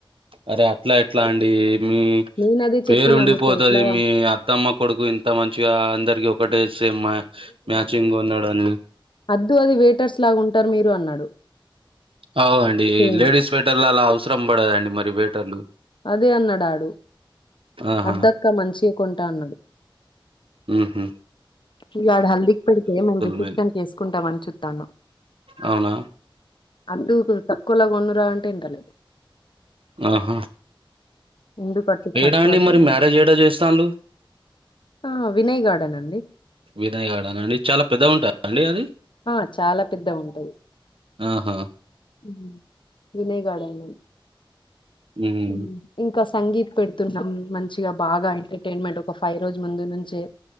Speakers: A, on the right; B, on the left.
A: అరే అట్లా ఎట్లా అండి మ్
B: నేను అదే చెప్పినా
A: పేరు ఉండిపోతది
B: నీకు ఎట్లా
A: మీ అ త్తమ్మ కొడుకు ఇంత మంచిగా అందరికి ఒకటే సేమ్ మ్యాచింగ్ కోన్నాడని
B: వద్దు అది వేటర్స్ లాగా ఉంటారు మీరు అన్నాడు
A: అవు అండి
B: సేమ్
A: లేడీస్ స్వేటర్లళ్ళ అవసరం పడదండి మరి వేటర్లు
B: అదే అన్నాడాడు
A: ఆహా
B: అద్దక్క మంచియే కొంట అన్నాడు
A: మ్ హూ
B: ఇగ ఆడు హల్దిీకి పెడితే మేము రిసెప్షన్కి
A: మీరు
B: వేసుకుంటమని చూతనం
A: అవునా
B: అద్దు కొద్దిగా తక్కువల కొనురా అంటే ఇంటలేడు
A: ఆహ
B: ఎందుకు అట్టి ఖర్చు
A: ఏడా అండి
B: అద్దు
A: మరి
B: అంటే
A: మ్యారేజ్ ఏడా చేస్తాళ్ళు
B: ఆ వినయ్ గార్డెన్ అండి
A: వినయ్ గడన్ అండి చాలా పెద్దగుంటద అండి అది
B: ఆ చాలా పెద్దగుంటది
A: ఆహా
B: మ్ వినయ్ గార్డన్లన్
A: మ్మ్
B: మ్ ఇంకా సంగీత్ పెడుతున్నాం మంచిగా బాగా ఎంటర్టైన్మెంట్ ఒక ఫైవ్ రోజు ముందు నుంచే